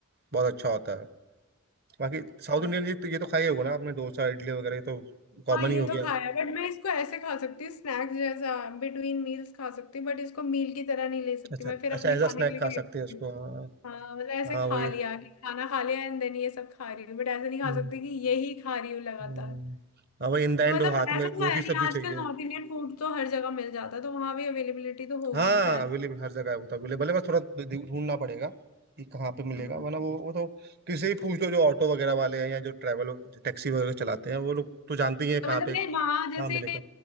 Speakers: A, on the right; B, on the left.
A: बहुत अच्छा होता है बाकी
B: अच्छा
A: साउथ इंडियन ये तो ये तो खाई होगा ना आपने डोसा इडली वगैरह ये तो कॉमन
B: हाँ ये
A: ही हो
B: तो
A: गया
B: खाया बट मैं इसको ऐसे खा सकती हूँ स्नैक्स जैसा बिटवीन मील्स खा सकती हूँ बट इसको मील की तरह नहीं ले सकती
A: अच्छा
B: मैं फिर
A: अच्छा
B: अपने
A: एज अ
B: खाने
A: स्नैक
B: के लिए
A: खा
B: crave
A: सकते
B: करती
A: हैं उसको
B: हूँ।
A: हाँ
B: हाँ मतलब ऐसे
A: हाँ
B: खा
A: वही
B: लिया कि खाना खा लिया एंड देन ये सब खा रही हूँ बट ऐसे नहीं खा
A: हम्म,
B: सकती कि यही खा रही हूँ लगातार
A: हम्म। हाँ वही इन द एंड
B: तो मतलब
A: वो हाथ
B: ऐसे
A: में रोटी
B: तो है नहीं
A: सब्जी
B: आजकल
A: चाहिए
B: नॉर्थ इंडियन फूड तो हर जगह मिल जाता है तो वहां भी अवेलेबिलिटी तो होगी
A: हाँ
B: ही शायद
A: अवेलेबल हर जगह है वो तो अवेलेबल है बस थोड़ा ढू- ढूंढना पड़ेगा कि कहाँ पे मिलेगा
B: हम्म
A: वरना वो वो तो किसी से ही पूछ लो जो ऑटो वगैरह वाले हैं या जो ट्रैवल टैक्सी वगैरह चलाते हैं वो लोग तो जानते ही हैं कहाँ
B: तो मतलब
A: पे कहाँ
B: मैं वहां जैसे
A: मिलेगा